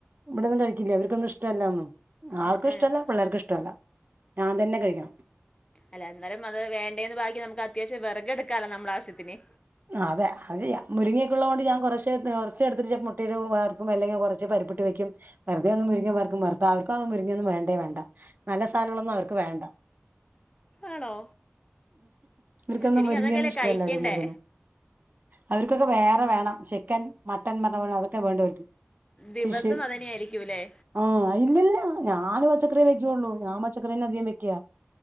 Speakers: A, on the right; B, on the left.
A: ഇവിടൊന്നും കഴിക്കില്ല അവർക്കൊന്നും ഇഷ്ടല്ല ഒന്നും ആൾക്കും
B: ഏഹ്
A: ഇഷ്ടമല്ല
B: ഏഹ്
A: പിള്ളേർക്കും ഇഷ്ടമല്ല ഞാൻ തന്നെ കഴിക്കണം
B: അല്ല എന്നാലും അത് വേണ്ടേന്ന് ബാക്കി നമുക്ക് അത്യാവശ്യം വിറകെടുക്കാലോ നമ്മളാവശ്യത്തിന്
A: ആ അതെ അത് ചെയ്യാ മുരുങ്ങക്കുള്ളതുകൊണ്ട് ഞാൻ കുറെശ്ശെ കൊറച്ച് എടുത്തിട്ട് മുട്ടയില്വറക്കും അല്ലെങ്കി കൊറച്ച് പരിപ്പിട്ട് വെക്കും വെറുതെയങ്ങ് മുരിങ്ങ വറക്കും വറുത്ത അവർക്കും അതൊ ന്നും വേണ്ടേ വേണ്ട നല്ല സാധനങ്ങളൊന്നും അവർക്ക് വേണ്ട
B: ആണോ
A: ഇവർക്കൊന്നും
B: ഉം ശരിക്കും
A: മുരിങ്ങയൊന്നും
B: അതൊക്കെയല്ലേ
A: ഇഷ്ടല്ല
B: കഴിക്കണ്ടേ
A: ഇവിടെയുള്ളോർക്കൊന്നും അവർക്കൊക്കെ വേറെ വേണം ചിക്കൻ മട്ടൻപറഞ്ഞോണം അതൊക്കെ വേണ്ടേ
B: ദിവസം
A: ഫിഷ്
B: അതന്നെയായിരിക്കൂല്ലേ
A: <unintelligible> ഓ ഇല്ലില്ല ഞാൻ പച്ചക്കറിയെ വെക്കുള്ളൂ ഞാൻ പച്ചക്കറിനെ അധികം വെക്കാ